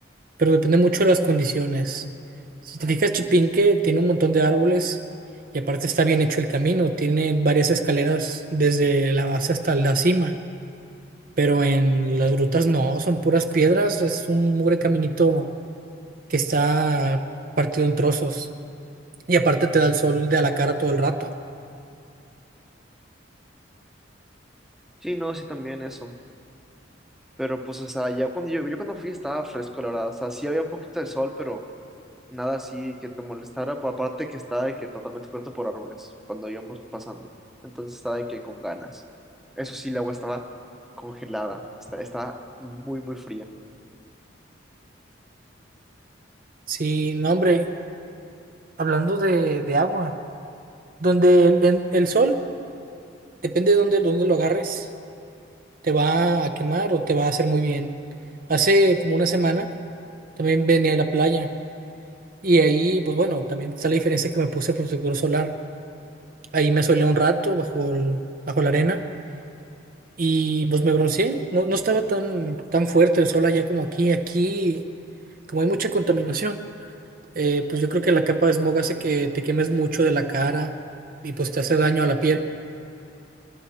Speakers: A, on the right (about 45°); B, in the centre.
A: pero depende mucho de las condiciones. Si te fijas, Chipinque tiene un montón de árboles y aparte está bien hecho el camino, tiene varias escaleras desde la base hasta la cima, pero en las grutas no, son puras piedras, es un mugre caminito que está partido en trozos. Y aparte te da el sol de a la cara todo el rato.
B: Sí, no, sí también eso. Pero pues, o sea, ya cuando yo, yo cuando fui estaba fresco, la verdad. O sea, sí había un poquito de sol, pero Nada así que te molestara, pues aparte que está de que totalmente cubierto por árboles cuando íbamos pasando. Entonces está de que con ganas. Eso sí, el agua estaba congelada, está, está muy, muy fría.
A: Sí, no, hombre, hablando de, de agua, donde el, el- el sol, depende de dónde, dónde lo agarres, te va a quemar o te va a hacer muy bien. Hace como una semana también venía a la playa y ahí, pues bueno, también está la diferencia que me puse protector solar. Ahí me asolé un rato bajo, el- bajo la arena y pues me bronceé. No, no estaba tan, tan fuerte el sol allá como aquí. Aquí, como hay mucha contaminación. Eh, pues yo creo que la capa de smog hace que te quemes mucho de la cara y pues te hace daño a la piel.